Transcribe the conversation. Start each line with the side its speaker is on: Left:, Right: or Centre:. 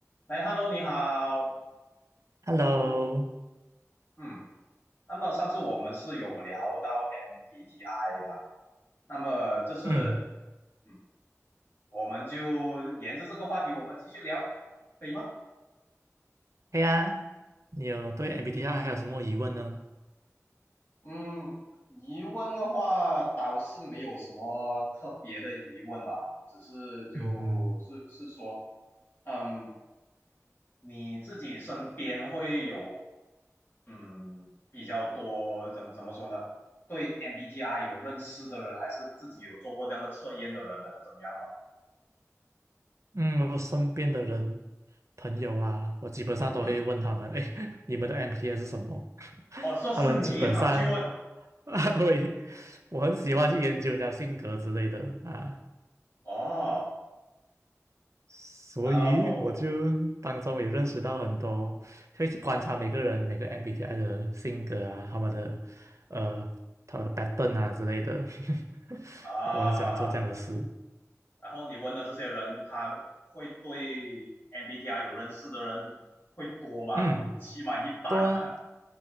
Left: 哎，Hello，你好。
Right: Hello，
Left: 嗯，那么上次我们是有聊到 MBTI 吧？那么这次
Right: 嗯，
Left: 嗯我们就沿着这个话题，我们继续聊，可以吗？
Right: 对呀，你有对 MBTI 还有什么疑问呢？
Left: 嗯，疑问的话倒是没有什么特别的疑问啦，只是就是是说，
Right: 嗯
Left: 嗯，你自己身边会有嗯比较多怎怎么说呢？对 MBTI 有认识的人，还是自己有做过这样的测验的人，还是怎么样嘛？
Right: 嗯，我身边的人朋友啊，我基本上都会问他们，
Left: 嗯，
Right: 哎，<laughs> 你们的 MBTI 是什么？<laughs>
Left: 哦，说是你跑去问
Right: 他们基本上 <laughs> 啊，对，我很喜欢去研究人家性格之类的啊，
Left: 哦，
Right: 所以我就当中也认识到很多，
Left: 然后嗯嗯
Right: 会去观察每个人每个 MBTI 的性格啊，他们的呃他们的 pattern 啊之类的，<laughs>
Left: 啊，
Right: 我很喜欢做这样的事。
Left: 然后你问的这些人，他会对 MBTI 有认识的人会多吗？
Right: 嗯，
Left: 有起码一半吗？
Right: 多啊，